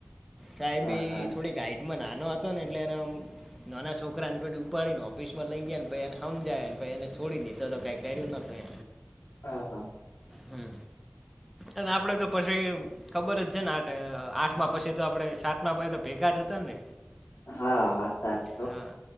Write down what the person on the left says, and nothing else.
હા
હા
હા
હા વાત <unintelligible>